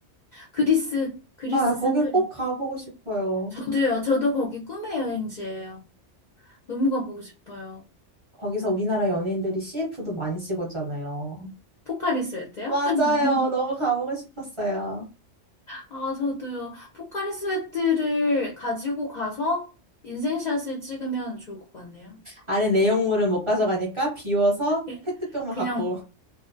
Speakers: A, on the left; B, on the right.
A: 그리스, 그리스
B: 아, 거길
A: 산토리니.
B: 꼭 가보고 싶어요.
A: 저도요, 저도 거기 꿈의 여행지예요. 너무 가보고 싶어요.
B: 거기서 우리나라 연예인들이 CF도 많이 찍었잖아요.
A: 포카리스웨트요?
B: 맞아요.
A: <laughs>
B: 너무 가보고 싶었어요.
A: 아, 저도요. 포카리스웨트를 가지고 가서 인생샷을 찍으면 좋을 것 같네요.
B: 안에 내용물은 못 가져가니까 비워서
A: 예,
B: 페트병만
A: 그냥,
B: 갖고. <laughs>